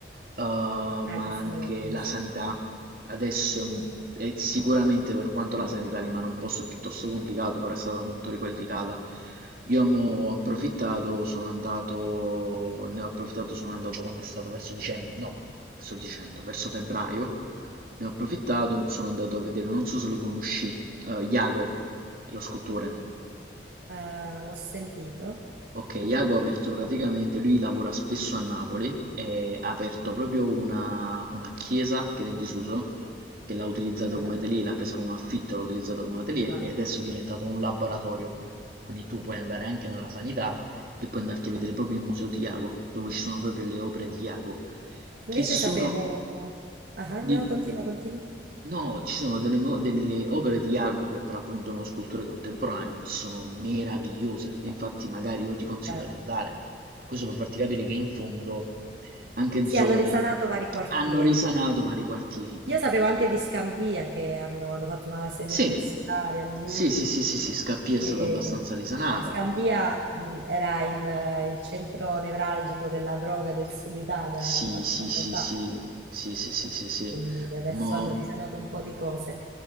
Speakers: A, on the right; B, on the right.
A: eh, ma
B: Ah, questo
A: anche
B: non lo conosco.
A: la sanità. Adesso è, un- è sicuramente per quanto la sanità rimane un posto piuttosto complicato, però è stata molto riqualificata. Io mo ho
B: Ok.
A: approfittato, sono andato, ne ho approfittato, sono andato quando è stato verso dicembre, no, sto dicendo, verso febbraio, ne ho approfittato, sono andato a vedere, non so se lo conosci, eh, Iago, è lo scultore.
B: Eh, l'ho sentito.
A: Ok, Iago ha aperto praticamente, lui lavora spesso a Napoli e ha aperto proprio una, una chiesa che era in disuso, che l'ha utilizzato
B: Ah,
A: come atelier, l'ha presa come affitto, l'ha utilizzato come atelier
B: ah.
A: e adesso è diventato un laboratorio. Quindi tu puoi andare anche nella sanità e puoi andarti a vedere proprio il museo di Iago, dove ci sono proprio le opere di Iago,
B: Invece
A: che sono...
B: sapevo... Ah, ah, no,
A: di-
B: continua, continua.
A: No, ci sono delle, mo- delle opere di Jacopo che per appunto è uno scultore contemporaneo che sono meravigliose. E infatti, magari io ti consiglio
B: Eh,
A: di andare. Questo per farti capire che in fondo anche
B: Sì,
A: zone
B: hanno risanato vari quartieri.
A: hanno risanato vari quartieri.
B: Io sapevo anche
A: Oh,
B: di Scampia che hanno, hanno fatto una sede
A: Sì,
B: universitaria lì.
A: sì, sì, sì, sì, sì, Scappia è
B: E,
A: stata abbastanza risanata.
B: cioè, Scampia, mh, era il, il centro nevralgico della droga del sud Italia
A: Sì,
B: qualche
A: sì, sì,
B: anno fa
A: sì, sì, sì, sì, sì, sì,
B: quindi adesso
A: mo
B: hanno risanato un po' di cose.